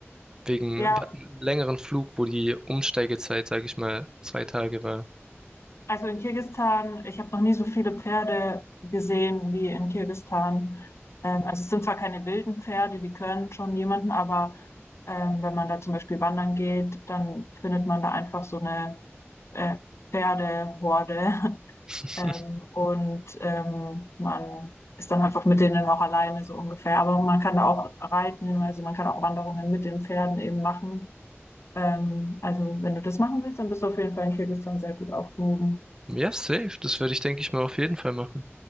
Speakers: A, on the right (about 15°); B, on the left (about 65°).
A: Wegen,
B: ja.
A: wir hatten einen längeren Flug, wo die Umsteigezeit, sage ich mal, zwei Tage war.
B: Also in Kirgisistan, ich habe noch nie so viele Pferde gesehen wie in Kirgisistan. Ähm, also es sind zwar keine wilden Pferde, die können schon jemanden, aber ähm, wenn man da zum Beispiel wandern geht, dann findet man da einfach so eine äh, Pferdehorde. <laughs>
A: <laughs>
B: Ähm, und ähm, man ist dann einfach mit denen auch alleine so ungefähr. Aber man kann da auch reiten, also man kann auch Wanderungen mit den Pferden eben machen. Ähm, also wenn du das machen willst, dann bist du auf jeden Fall in Kirgisistan sehr gut aufgehoben.
A: Ja, safe. Das würde ich, denke ich mal, auf jeden Fall machen.